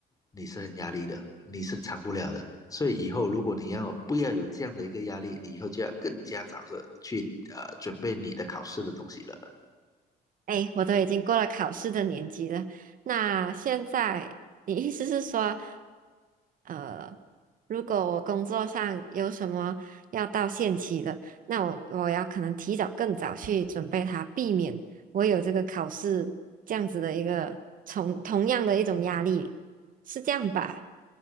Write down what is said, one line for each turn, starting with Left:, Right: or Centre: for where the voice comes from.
Left: 你是很压力的，你是藏不了的。所以以后如果你要不要有这样的一个压力，你以后就要更加早的去呃准备你的考试的东西了。
Right: 哎，我都已经过了考试的年纪了。那现在，你意思是说，呃，如果我工作上有什么要到限期的，那我我要可能提早更早去准备它，避免我有这个考试这样子的一个同同样的一种压力，是这样吧？